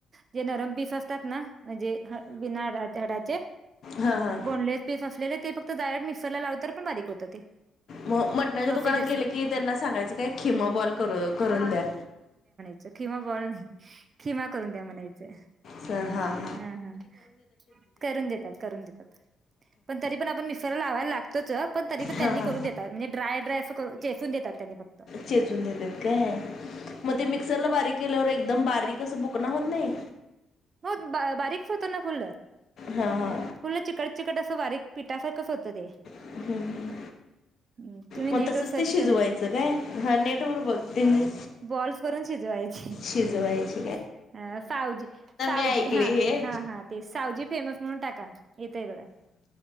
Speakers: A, on the right (about 40°); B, on the left (about 55°).
A: जे नरम पीस असतात ना म्हणजे ह बिना हाडाचे.
B: हां हां
A: बोनलेस पीस असलेले ते फक्त जाळ्यात मिक्सरला लावतर पण बारीक होतं ते.
B: म मटणाच्या
A: प्रोसिजर
B: दुकानात गेल
A: सेम
B: की त्यांना सांगायचं काय खिमा बॉल कर करून द्या.
A: च खिमा बॉल नाही, खिमा करून द्या म्हणायचं.
B: सहा.
A: हा हा, करून देतात करून देतात. पण तरी पण आपण मिक्सरला लावायला लागतोच पण तरी पण त्यांनी
B: हा हा
A: करून देत म्हनजे ड्राय ड्राय असं करू चेचून देतात त्यांनी फक
B: चेचून देतात काय, म ते मिक्सरला बारीक केल्यावर एकदम बारीक तसं बुकन होत नाही.
A: होत बा बारीक्स होतना फुल्ल.
B: हा हा.
A: फुल चिकट चिकट असं बारीक पिठासारखंच होतं ते.
B: हम्म हम्म.
A: हम्म, तुम्ही
B: म
A: नेट
B: तसच
A: वर सर्च
B: ते शिजवायचं
A: करणार एकदा
B: काय, हा नेटवर बघ ते मी.
A: बोल्स वरून शिजवायचे.
B: शिजवायचे.
A: अ सावजी, सावजी
B: ऐकले
A: हा
B: हे
A: हा हा ते सावजी फेमस म्हणून टाका. येतय बघा,